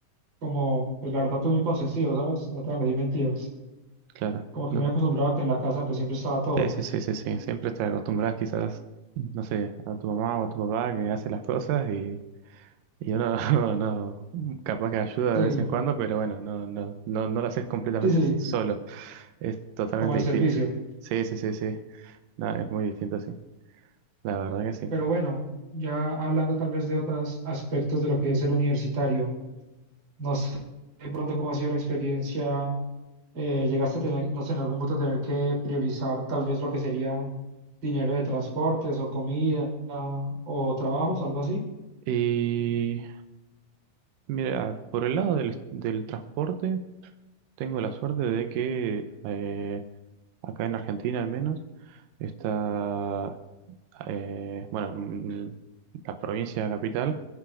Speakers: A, on the right (about 35°); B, on the right (about 80°).
A: como, pues la verdad, pues muy consentido, ¿sabes? No te van a decir mentiras.
B: Claro.
A: Como que
B: No-
A: muy acostumbrado a que en la casa pues siempre estaba todo.
B: Sí, sí, sí, sí, sí. Siempre te acostumbras quizás, no sé, a tu mamá o a tu papá que hace las cosas y, y uno <laughs> no, no- capaz que ayuda
A: Sí,
B: de vez en cuando, pero bueno, no, no, no, no lo haces completamente
A: sí, sí,
B: solo. Es totalmente
A: como al
B: distinto.
A: servicio.
B: Sí, sí, sí, sí. No, es muy distinto, sí. La verdad que
A: Pero bueno, ya hablando tal vez de otros aspectos de lo que es ser universitario, no sé de pronto cómo ha sido la experiencia, eh, llegaste a tener, no sé, en algún punto tener que priorizar tal vez lo que sería dinero de transportes o comida o trabajos, algo así,
B: sí. Mira, por el lado del, del transporte, tengo la suerte de que eh, acá en Argentina al menos está, eh, bueno, mm, la provincia capital